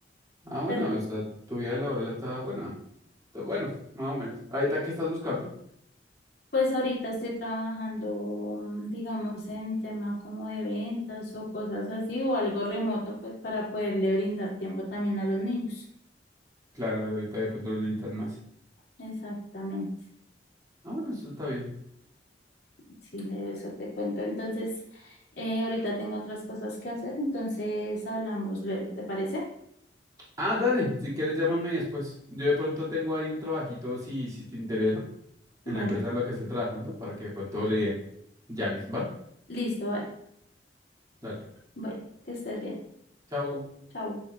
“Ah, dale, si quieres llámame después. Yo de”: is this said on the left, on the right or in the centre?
Right